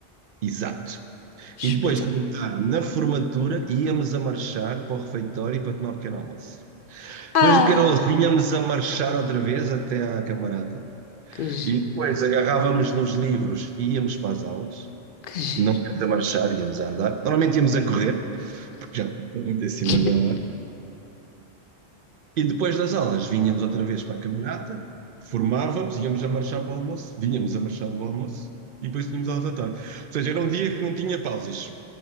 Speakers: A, on the right; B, on the left.
A: Exato.
B: Espetacular.
A: E depois de na formatura, íamos a marchar para o refeitório para tomar um pequeno almoço.
B: Ah,
A: Depois do pequeno almoço, vinhamos a marchar outra vez até à camarata.
B: que giro.
A: E depois agarrávamos nos livros e íamos para as aulas.
B: Que giro.
A: Não íamos a marchar, íamos a andar. Normalmente íamos a correr, porque já estava muito acima
B: <laughs>
A: da hora. E depois das aulas, vinhamos outra vez para a camarata, formávamos, íamos a marchar para o almoço, vinhamos a marchar do almoço e depois tínhamos aulas à tarde. Ou seja, era um dia que não tinha pausas.